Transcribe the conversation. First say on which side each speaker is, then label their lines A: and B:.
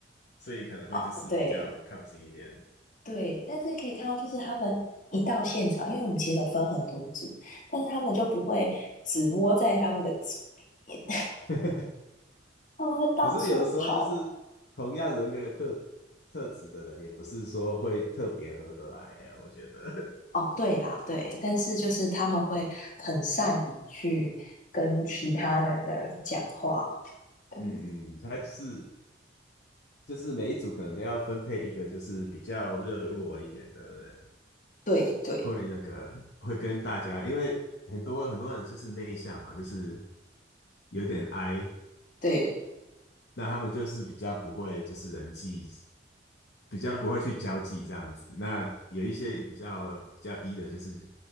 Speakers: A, on the left; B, on the left.
A: 所以可能会就是比较靠近一点。
B: 哦，对对，但是可以看到，就是他们一到现场，因为我们其实有分很多组，但是他们就不会只窝在他们的组里面，
A: <laughs>
B: <laughs> 他们会到处跑。
A: 可是有的时候就是同样人格特特质的人，也不是说会特别合得来呀、啊我觉得，
B: 哦，对啦，对，但是就是他们会很善于去跟其他人的人讲话。
A: <laughs>
B: 嗯，
A: 嗯嗯，他就是就是每一组可能都要分配一个就是比较热络一点的人，
B: 对对
A: 会那个会跟大家，因为很多很多人就是内向嘛，就是有点 I，
B: 对，
A: 那他们就是比较不会就是人际。比较不会去交际这样子，那有一些比较比较 E 的，就是